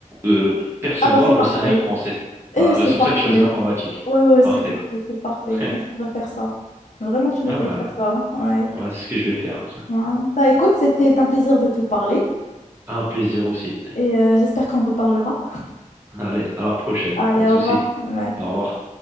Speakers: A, on the right; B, on the left.
A: euh, percevoir
B: ah bah c'est
A: le
B: parfait.
A: salaire français.
B: Et
A: Voilà,
B: c'est
A: c'est pour
B: parfait.
A: ça que je choisis l'informatique.
B: Ouais, ouais,
A: Parfait.
B: c'est parfait, c'est parfait.
A: <laughs>
B: Tu devrais faire ça. Vraiment, tu
A: Ah
B: devrais
A: bah,
B: faire ça. Ouais.
A: bah, c'est ce que je vais faire.
B: Ouais. Bah écoute, c'était un plaisir de te parler
A: <laughs> Un plaisir aussi.
B: et euh, j'espère qu'on reparlera.
A: Allez, à la prochaine,
B: Allez,
A: pas de
B: au
A: souci.
B: revoir. Ouais.
A: Au revoir.